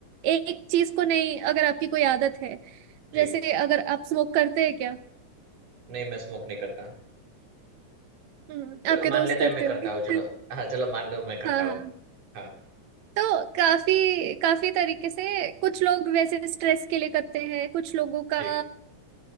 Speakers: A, on the right; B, on the right.
A: एक चीज़ को नहीं अगर आपकी कोई आदत है
B: जी
A: जैसे अगर आप स्मोक करते हैं क्या
B: नहीं मैं स्मोक नहीं करता
A: हम्म
B: चलो
A: आपके
B: मान
A: दोस्त
B: लेते
A: करते
B: हैं मैं करता
A: होंगे
B: हूँ चलो
A: <laughs>
B: हाँ चलो मान लो मैं करता
A: हाँ हाँ
B: हूँ हाँ
A: तो काफी काफी तरीके से कुछ लोग वैसे स्ट्रेस के लिए करते हैं कुछ लोगों का
B: जी